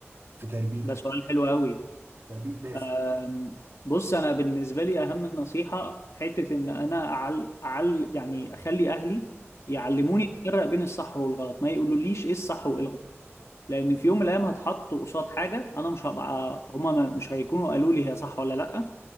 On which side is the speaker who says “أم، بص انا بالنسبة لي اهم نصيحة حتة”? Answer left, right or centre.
Left